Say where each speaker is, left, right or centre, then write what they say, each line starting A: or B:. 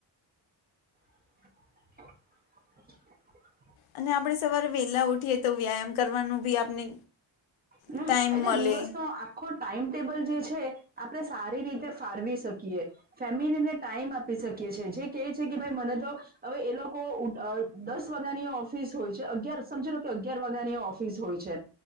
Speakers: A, on the right (about 25°); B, on the left (about 80°).
A: <unintelligible>
B: અને આપણે સવારે. વેલા ઉઠીએ તો વ્યાયામ કરવાનું ભી આપને
A: હમ
B: ટાઈમ
A: એટલે
B: મળે.
A: દિવસનો આખો ટાઈમ ટેબલ જે છે, આપણેે સારી રીતે ફાળવી શકીએ. ફેમિલીને ટાઈમ આપી શકીએ છીએ, જે કેય છે કે, ભાઈ મને તો અવે એ લોકો ઉટ અ દસ વાગાની ઓફિસ હોય છે, અગિયાર સમજી લો. તો અગિયાર વાગાની ઓફિસ હોય છે,